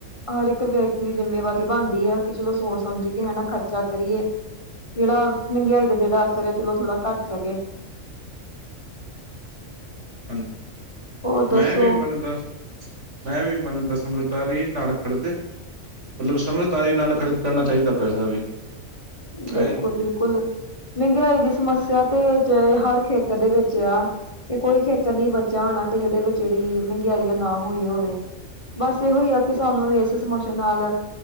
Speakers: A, on the left; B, on the right.
A: ਹਰ ਇੱਕ ਵਿਅਕਤੀ ਦੀ ਜਿੰਮੇਵਾਰੀ ਬਣਦੀ ਹੈ, ਕਿ ਚਲੋ ਸੋਚ ਸਮਝ ਕੇ ਕੇ ਹੈ ਨਾ, ਖਰਚਾ ਕਰੀਏ, ਜਿਹੜਾ ਮਹਿੰਗਾਈ ਦਾ ਜਿਹੜਾ ਅਸਰ ਹੈ, ਚਲੋ ਥੋੜਾ ਘੱਟ ਸਕੇ
B: ਹਾਂਜੀ
A: ਹੋਰ
B: ਮੈਂ
A: ਦੱਸੋ
B: ਵੀ ਮੈਨ ਦੱਸ ਮੈਂ ਵੀ ਮੰਨਦਾ ਸਮਝਦਾਰੀ ਨਾਲ ਖਰਚੇ ਮਤਲਬ, ਸਮਝਦਾਰੀ ਨਾਲ ਖਰਚ ਕਰਨਾ ਚਾਹੀਦਾ ਪੈਸਾ ਵੀ ਆਏ-
A: ਬਿਲਕੁਲ, ਬਿਲਕੁਲ ਮਹਿੰਗਾਈ ਦੀ ਸਮੱਸਿਆ ਤੇ ਹਰ ਖੇਤਰ ਦੇ ਵਿੱਚ ਆ ਏ ਕੋਈ ਖੇਤਰ ਨੀ ਬੱਚਾ ਹੋਣਾੱ, ਕਿ ਜਿਹਦੇ ਵਿੱਚ ਜਿਹੜੀ ਮਹਿੰਗਾਈਆਂ ਨਾ ਹੋਈ ਹੋਵੇ ਬਸ, ਇਹੋ ਹੀ ਆ ਕਿ, ਸਾਨੂੰ ਇਸ ਸਮੱਸਿਆ ਨਾਲ